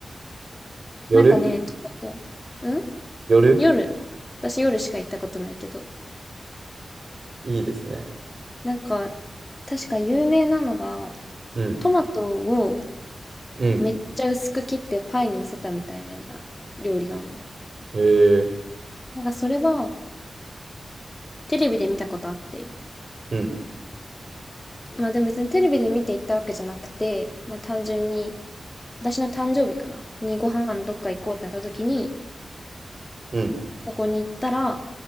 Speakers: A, on the right; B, on the left.
A: 夜
B: なんかね、トマト、ん
A: 夜
B: 夜。私夜しか行ったことないけど。
A: いいですね。
B: なんか、確か有名なのが、
A: うん。
B: トマトを
A: うん
B: めっちゃ薄く切ってパイに乗せたみたいな料理があるのよ。
A: えー、
B: なんかそれはテレビで見たことあって。
A: うん、
B: まあでも別にテレビで見て行ったわけじゃなくて、まあ単純に、私の誕生日かなにご飯どっか行こうってなった時に、
A: うん、
B: そこに行ったら、